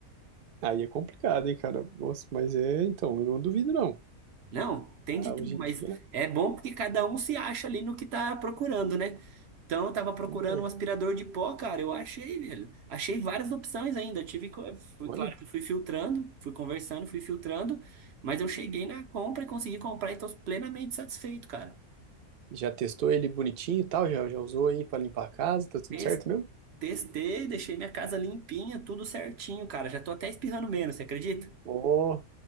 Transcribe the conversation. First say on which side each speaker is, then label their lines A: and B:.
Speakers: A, on the right; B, on the right.
A: aí é complicado, hein, cara? Nossa, mas é, então, eu não duvido, não.
B: Não, tem de
A: Ah,
B: tudo,
A: hoje em
B: mas
A: dia,
B: é bom porque cada um se acha ali no que tá procurando, né? Então eu tava procurando
A: tem ideia.
B: um aspirador de pó, cara, eu achei, velho. Achei várias opções ainda. Eu tive, co- fui
A: Olha,
B: claro que fui filtrando, fui conversando, fui filtrando, mas eu cheguei na compra e consegui comprar e tô plenamente satisfeito, cara.
A: já testou ele bonitinho e tal, já, já usou aí pra limpar a casa, tá tudo
B: Tes-
A: certo mesmo?
B: Testei, deixei minha casa limpinha, tudo certinho, cara. Já tô até espirrando menos, você acredita?
A: Ó,